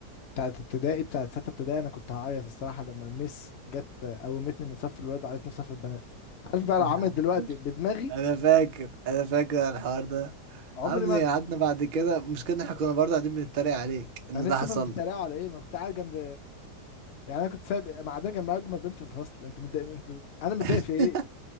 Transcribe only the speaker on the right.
<laughs>
انا فاكر انا فاكر على الحوار ده
عامل
ايه قعدنا بعد كده مشكلة إن احنا كنا برضه قاعدين بنتريق عليك ان
ده
حصل
لك
<laughs>